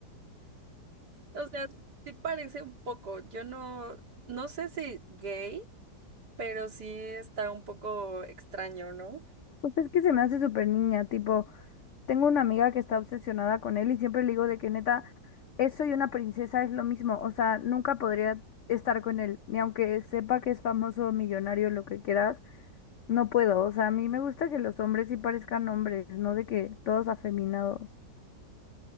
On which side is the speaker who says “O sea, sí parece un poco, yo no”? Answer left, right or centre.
Right